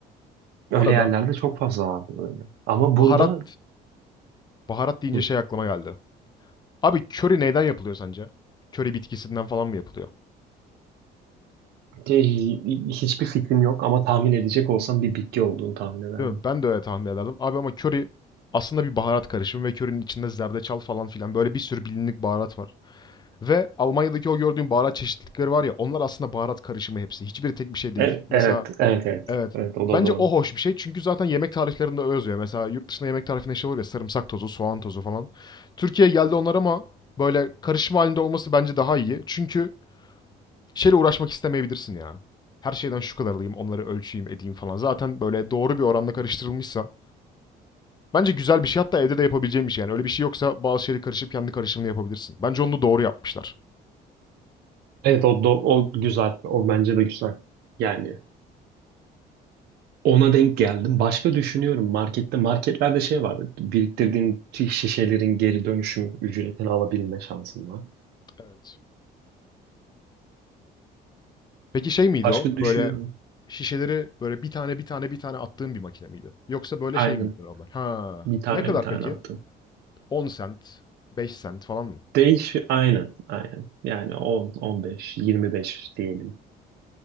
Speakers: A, on the left; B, on the right.
A: Bu
B: Öyle
A: arada
B: yerlerde çok fazla vardı böyle. Ama
A: baharat
B: burada
A: baharat deyince
B: Hı.
A: şey aklıma geldi. Abi köri neyden yapılıyor sence? Köri bitkisinden falan mı yapılıyor?
B: Te- Hiçbir fikrim yok ama tahmin edecek olsam bir bitki olduğunu tahmin ederdim.
A: Değil mi? Ben de öyle tahmin ederdim. Abi ama köri aslında bir baharat karışımı ve körinin içinde zerdeçal falan filan böyle bir sürü bilindik baharat var. Ve Almanya'daki o gördüğün baharat çeşitlilikleri var ya onlar aslında baharat karışımı hepsi. Hiçbiri tek bir şey değil.
B: E-
A: Mesela
B: Evet, evet, evet.
A: evet.
B: Evet, o
A: Bence
B: da doğru.
A: o hoş bir şey çünkü zaten yemek tariflerinde öyle yazıyor. Mesela yurt dışında yemek tarifinde şey olur ya sarımsak tozu, soğan tozu falan. Türkiye'ye geldi onlar ama böyle karışım halinde olması bence daha iyi. Çünkü şeyle uğraşmak istemeyebilirsin ya. Her şeyden şu kadar alayım, onları ölçeyim, edeyim falan. Zaten böyle doğru bir oranda karıştırılmışsa bence güzel bir şey hatta evde de yapabileceğim bir şey. Yani öyle bir şey yoksa bazı şeyleri karışıp kendi karışımını yapabilirsin. Bence onu da doğru yapmışlar.
B: Evet, o, do- o güzel. O bence de güzel. Yani ona denk geldim. Başka düşünüyorum. Markette, marketlerde şey var. Biriktirdiğin şişelerin geri dönüşüm ücretini alabilme şansın var.
A: Evet. Peki şey miydi
B: Başka
A: o?
B: düşünüyorum.
A: Böyle şişeleri böyle bir tane bir tane bir tane attığın bir makine miydi? Yoksa böyle
B: Aynen.
A: şey miydi normal? Ha.
B: Bir tane
A: Ne kadar
B: bir tane
A: peki?
B: attım.
A: On sent, beş sent falan mı?
B: Değiş, aynen, aynen. Yani 10, 15, 25 diyelim.